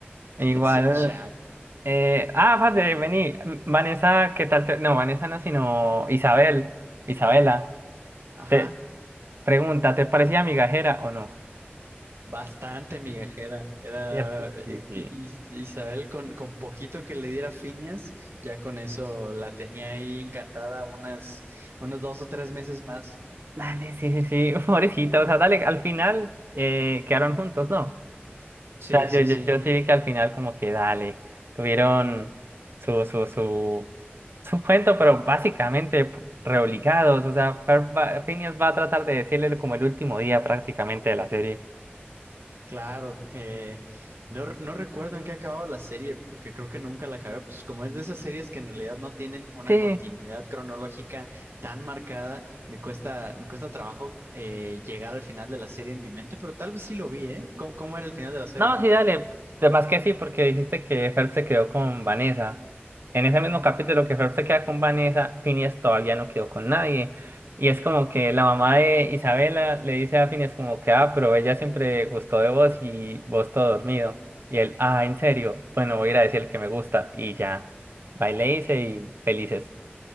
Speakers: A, on the right; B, on the right.
A: E Igual,
B: Es un chat.
A: eh, ah, vale, vení, Vanessa, ¿qué tal? te- No, Vanessa no, sino Isabel, Isabela.
B: Ajá.
A: Te, Pregunta, ¿te parecía migajera o no?
B: Bastante migajera. Era
A: Cierto, sí,
B: eh,
A: sí.
B: y- y- Isabel con, con poquito que le diera Finias, ya con eso la tenía ahí encantada unas, unos dos o tres meses más.
A: Dale, sí, sí, sí, <laughs> pobrecita, o sea, dale, al final eh, quedaron juntos, ¿no?
B: Sí,
A: O sea,
B: sí,
A: yo, yo,
B: sí.
A: yo sí vi que al final como que dale, tuvieron su, su, su, su cuento, pero básicamente p- reobligados, o sea, Fer va- Phineas va a tratar de decirle como el último día prácticamente de la serie.
B: Claro, eh, no, no recuerdo en qué acababa la serie, porque creo que nunca la acabé. Pues como es de esas series que en realidad no tienen una
A: Sí,
B: continuidad cronológica tan marcada, me cuesta, me cuesta trabajo eh, llegar al final de la serie en mi mente, pero tal vez sí lo vi, ¿eh? ¿Cómo, cómo era el final de la serie?
A: No, sí, dale. Además que sí, porque dijiste que Phelps se quedó con Vanessa. En ese mismo capítulo que Phelps se queda con Vanessa, Phineas todavía no quedó con nadie. Y es como que la mamá de Isabela le dice a Phineas como que, ah, pero ella siempre gustó de vos y vos todo dormido. Y él, ah, ¿en serio? Bueno, voy a ir a decir que me gusta. Y ya, va y le dice y felices.